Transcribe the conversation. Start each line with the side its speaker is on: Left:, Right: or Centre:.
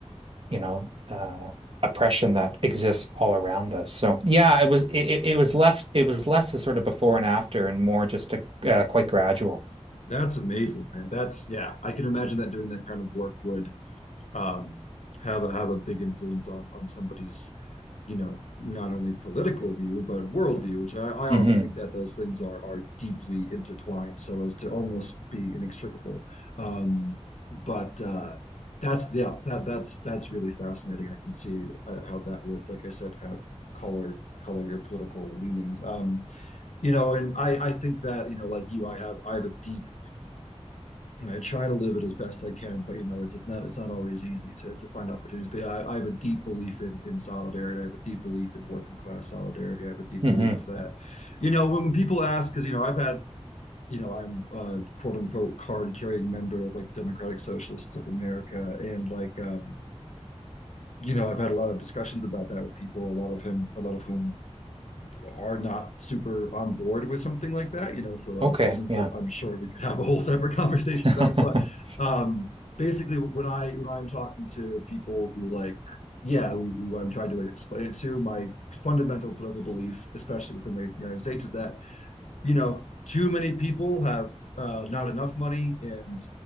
Right: you know uh, oppression that exists all around us. So yeah, it was it, it was left it was less a sort of before and after, and more just a uh, quite gradual.
Left: That's amazing, man. That's yeah, I can imagine that doing that kind of work would um, have a, have a big influence on on somebody's, you know, not only political view but worldview, which I, I often
Right: hmm
Left: think that those things are are deeply intertwined, so as to almost be inextricable. Um, but uh, that's yeah, that that's that's really fascinating. I can see uh, how that would, like I said, kind of color color your political leanings. Um, you know, and I I think that you know, like you, I have I have a deep and I try to live it as best I can, but you know, it's it's not it's not always easy to to find opportunities. But yeah, I, I have a deep belief in in solidarity. I have a deep belief in working class solidarity. I have a deep
Right: hmm
Left: belief that, you know, when, when people ask, because you know, I've had you know, I'm a quote unquote card carrying member of like the Democratic Socialists of America, and like um, you know, I've had a lot of discussions about that with people, a lot of him, a lot of whom are not super on board with something like that, you know, for a lot
Right: Okay,
Left: of reasons
Right: yeah.
Left: that I'm sure we could have a whole separate <laughs> conversation
Right: <laughs>
Left: about. But um, basically, when I when I'm talking to people who like, yeah, who, who I'm trying to like, explain it to, my fundamental political belief, especially within the United States, is that you know, too many people have uh, not enough money, and